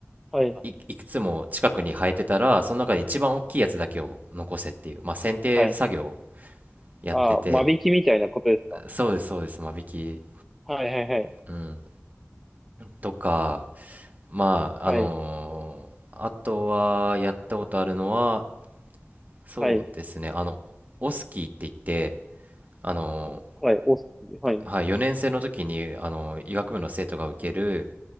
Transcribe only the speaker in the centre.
はい。
はい。
ああ、間引きみたいなことですか
はいはいはい。
はい、
はい、
はい、おす、はい、